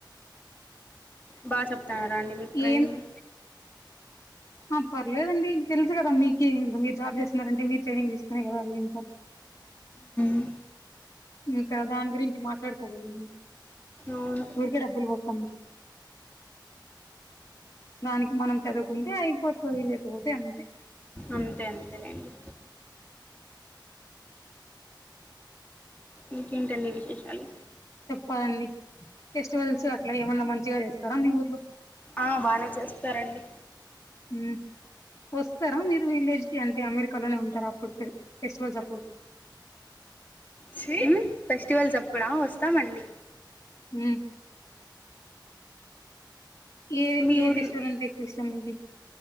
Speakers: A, on the left (about 20°); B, on the left (about 40°).
A: బా చెప్తాన్నార అండి మీకు ట్రైనింగ్?
B: ఏం ఆ పర్లేదండి. తెలుసు కదా మీకి, ఇబ్బు మీరు జాబ్ చేస్తున్నారంటే మీరు ట్రైనింగ్ తీసుకునే కదా ఎల్లింటారు.
A: అ
B: ఇక్కడ దాని గురించి మాట్లాడుకోకూడదు.
A: అవును
B: ఊరికే డబ్బులు బోక్క అంతె. దానికి మనం చదువుకుని తె అయిపో, చదువు లేకపోతే అంతే.
A: అంతే అంతేలేండి ఇంకేంటండి విశేషలు?
B: పదండి, ఫెస్టివల్స్ అట్లా ఏమన్నా మంచిగా చేస్తారా మీ ఊర్లో?
A: ఆ బానే చేస్తారండి.
B: మ్ వస్తారా మీరు విలేజ్ కి అంటే, అమెరికాలోనే ఉంటారా అప్పుడుకెల్లీ. ఫెస్టివల్స్ అప్పుడు
A: సేమ్ ఫెస్టివల్స్ అప్పుడా వస్తామండి
B: హమ్ ఏ
A: మీ
B: ఏ
A: ఊర్లో
B: ఫశ్వాల అంటే ఎక్కువ ఇస్తాం మీకు